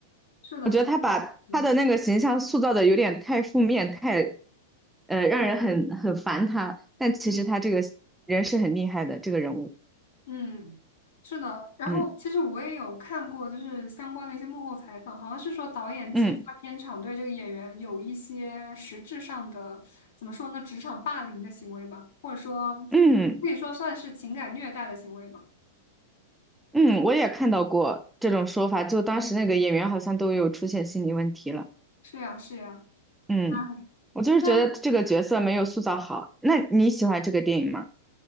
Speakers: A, on the left; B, in the centre.
A: 是的，
B: 我觉得他把他的那个形象塑造的有点太负面，
A: 是的，我同意。
B: 太呃让人很很烦他。但其实他这个人是很厉害的，
A: 嗯。
B: 这个人物，
A: 嗯，是的。然后其实我也有看过，
B: 嗯
A: 就是相关的一些幕后采访，好像是说导演其实他片场对这个演员有一些实质上的，
B: 嗯
A: 怎么说呢，职场霸凌的行为吧，或者说
B: 嗯
A: 可以说算是情感虐待的行为吧。
B: 嗯，我也看到过这种说法，就当时那个演员好像都有出现心理问题了。
A: 是呀，是呀。
B: 嗯，
A: 哎，
B: 我就是觉得这个角色没有塑造好。
A: 但
B: 那你喜欢这个电影吗？